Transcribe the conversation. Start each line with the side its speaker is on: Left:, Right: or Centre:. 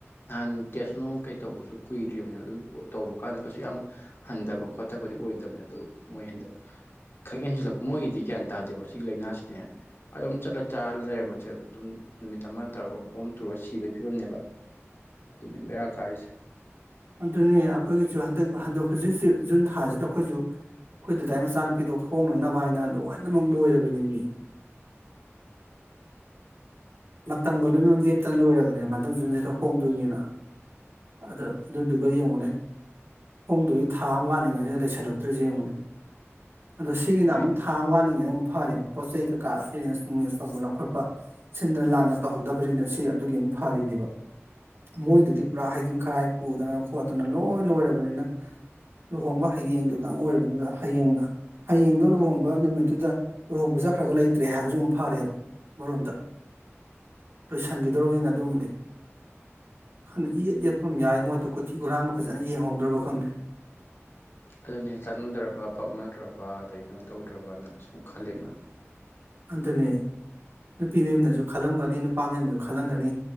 Left: ꯅꯍꯥꯟ ꯇꯦꯁꯅꯨꯡ ꯀꯩ ꯇꯧꯕꯁꯨ ꯀꯨꯏꯗ꯭ꯔꯤꯕꯅꯦꯕ ꯑꯗꯨꯝ ꯇꯧꯕ ꯀꯥꯟꯗ ꯀꯩꯁꯨ ꯌꯥꯝ ꯍꯟꯊꯕ ꯈꯣꯠꯇꯕꯗꯤ ꯑꯣꯏꯗꯕꯅꯦ ꯑꯗꯨ ꯃꯣꯏ ꯍꯟꯗꯛ ꯈꯛ ꯍꯦꯟꯖꯤꯜꯂꯛꯄ ꯃꯣꯏꯒꯤꯗꯤ ꯒ꯭ꯌꯥꯟ ꯇꯥꯗꯦꯕ ꯁꯤꯒꯤ ꯂꯥꯏꯅꯥꯁꯤꯅꯦ ꯑꯗꯨꯝ ꯆꯠꯂ ꯆꯥꯔ ꯂꯩꯔꯝꯕꯁꯦ ꯑꯗꯨꯝ ꯅꯨꯃꯤꯠ ꯑꯃ ꯇꯧꯔꯒ ꯕꯣꯝ ꯇꯨꯔꯒ ꯁꯤꯕꯩ ꯐꯤꯕꯝꯅꯦꯕ ꯑꯗꯨꯅꯤ ꯕꯦꯔꯥ ꯀꯥꯔꯤꯁꯦ
Right: ꯑꯗꯨꯅꯦ ꯑꯩꯈꯣꯏꯒꯤꯁꯨ ꯍꯟꯗꯛ ꯍꯟꯗꯛ ꯍꯧꯖꯤꯛ ꯍꯧꯖꯤꯛ ꯖꯨꯟ ꯊꯥꯁꯤꯗ ꯑꯩꯈꯣꯏꯁꯨ ꯑꯩꯈꯣꯏ ꯗꯗꯥꯏ ꯃꯆꯥꯅꯨꯄꯤꯗ ꯍꯣꯡꯅꯅꯕ ꯍꯥꯏꯅ ꯂꯣꯏꯅꯃꯛ ꯂꯣꯏꯔꯕꯅꯤꯕ ꯃꯤ ꯃꯇꯝꯒꯂꯨꯅ
Left: ꯑꯗꯨ
Right: ꯂꯦꯞꯇꯅ ꯂꯣꯏꯔ ꯅꯦ ꯃꯊꯪ ꯨꯨꯝꯁꯤꯗ ꯍꯣꯡꯗꯣꯏꯅꯤꯅ ꯑꯗ ꯑꯗꯨꯗꯨꯒ ꯌꯦꯡꯉꯨꯅꯦ ꯍꯣꯡꯗꯣꯏꯒꯤ ꯊꯥ ꯑꯃ ꯋꯥꯠꯂꯤꯉꯩꯁꯤꯗ ꯂꯩꯁꯜꯂꯛꯇ꯭ꯁꯦ ꯌꯦꯡꯉꯨꯅꯦ ꯑꯗꯣ ꯁꯤꯒꯤꯅ
Left: ꯅꯣꯏ
Right: ꯑꯃꯨꯛ ꯊꯥ ꯋꯥꯠꯂꯤꯉꯩꯅ ꯑꯃꯨꯛꯇ ꯐꯔꯦꯕ ꯄꯣꯠ ꯆꯩ ꯀꯩꯀꯥ ꯑꯦꯔꯦꯟꯖ ꯦꯟꯖ ꯇꯧꯕ ꯂꯧ ꯈꯣꯠꯄ ꯁꯤꯟꯅ ꯂꯥꯡꯅ ꯇꯧꯍꯧꯗꯕꯅꯤꯅ ꯁꯤ ꯑꯗꯨꯒꯤ ꯑꯃꯨꯛ ꯐꯔꯤꯅꯦꯕ ꯃꯣꯏꯗꯨꯗꯤ ꯄꯨꯔꯥ ꯍꯩꯗꯤꯤꯡ ꯈꯔꯥꯏ ꯄꯨꯗꯅ ꯈꯣꯠꯇꯅ ꯂꯣꯏ ꯂꯣꯏꯔꯕꯅꯤꯅ ꯂꯨꯍꯣꯡꯕ ꯍꯌꯦꯡꯗꯨꯗꯪ ꯑꯣꯏꯔꯕꯅꯤꯅ ꯍꯌꯦꯡꯗ ꯍꯌꯦꯡꯗꯣ ꯂꯨꯍꯣꯡꯕ ꯅꯨꯃꯤꯠꯇꯨꯗ ꯂꯨꯍꯣꯡꯕ ꯆꯠꯈ꯭ꯔꯒ ꯂꯩꯇ꯭ꯔꯦ ꯍꯥꯏꯕꯁꯨ ꯑꯃꯨꯛ ꯐꯔꯦꯕ ꯑꯃꯣꯝꯗ ꯂꯣꯏꯁꯤꯟꯈꯤꯗ꯭ꯔꯕꯅꯤꯅ ꯑꯗꯨꯃꯗꯤꯪꯗꯦ ꯌꯦꯠ ꯌꯦꯠꯄ ꯌꯥꯏ ꯃꯣꯏꯗ ꯀꯣꯊꯤ ꯈꯨꯨꯔꯥꯡꯒ ꯐꯖꯅ ꯌꯦꯡꯍꯧꯗ꯭ꯔꯕ ꯈꯪꯗꯦ
Left: ꯑꯗꯨꯅꯦ ꯆꯥꯟꯅꯗ꯭ꯔꯕ ꯄꯛꯅꯗ꯭ꯔꯕ ꯑꯗꯩ ꯀꯩꯅꯣ ꯇꯧꯗ꯭ꯔꯕꯅ ꯁꯨꯝ ꯑꯣ ꯈꯜꯂꯤꯂꯟꯅ
Right: ꯑꯗꯨꯅꯦ ꯅꯨꯄꯤ ꯃꯌꯨꯝꯅꯁꯨ ꯈꯜꯂꯝꯒꯅꯤ ꯅꯨꯄꯥ ꯃꯌꯨꯝꯅꯁꯨ ꯈꯜꯂꯝꯒꯅꯤ